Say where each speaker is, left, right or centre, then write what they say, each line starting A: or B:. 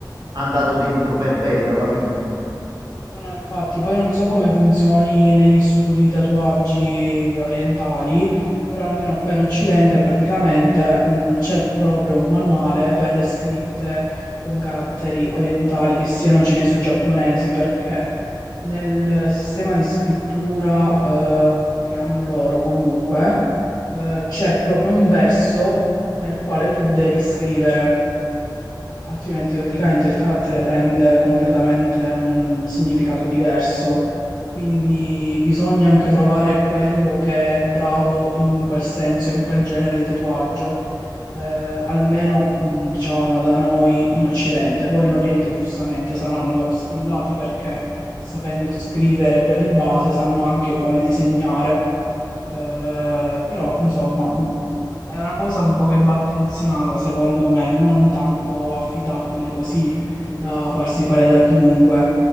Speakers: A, on the right (about 55°); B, on the left (about 60°).
A: andato dentro per bene alla fine.
B: No, no, infatti, poi non so come funzioni negli studi di tatuaggi orientali, però almeno qua in Occidente praticamente mh, c'è proprio un manuale per le scritte con caratteri orientali, che siano cinesi o giapponesi, perché nel sistema di scrittura eh, che hanno loro comunque eh, c'è proprio un verso nel quale tu devi scrivere altrimenti praticamente il carattere prende completamente un significato diverso. Quindi bisogna anche trovare quello che è bravo in quel senso, in quel genere di tatuaggio, eh, almeno mh, diciamo da noi in Occidente. Poi in Oriente giustamente saranno skillati perché sapendo scrivere già di base sanno anche come disegnare. Eh, però insomma mm, è una cosa un po' che va attenzionata, secondo me, non tanto affidabile così da farsi fare da chiunque.